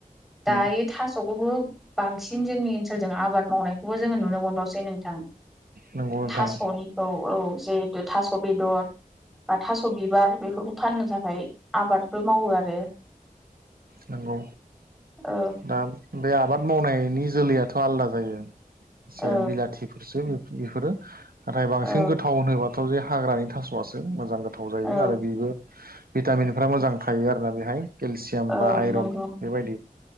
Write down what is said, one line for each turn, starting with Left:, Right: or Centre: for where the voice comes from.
Centre: दायो
Right: मोन।
Centre: थास'खौबो बांसिन जोंनि ओनसोल जों आबाद मावनायखौबो जोङो नुनो मोनबावसै नोंथां
Right: नंगौ नोंथां
Centre: थास'निखौ औ जिहेथु थास' बेदर बा थास' बिबार बेफोरखौ फाननो थाखाय आबादबो मावो आरो
Right: नंगौ
Centre: औ
Right: दा बे आबाद मावनायनि जोलैयाथ' आलदा जायो। एसे
Centre: औ
Right: बिलाथिफोरसो बेफोरो नाथाय बांसिन
Centre: औ
Right: गोथाव होनोब्ला गोाथाव जे हाग्रानि थास'आसो मोजां गोथाव जायो
Centre: औ
Right: आरो बेबो भिटामिनफ्रा मोजां थायो आरोना बेहाय केलसि
Centre: औ
Right: बा आइरन
Centre: नंगौ
Right: बेबायदि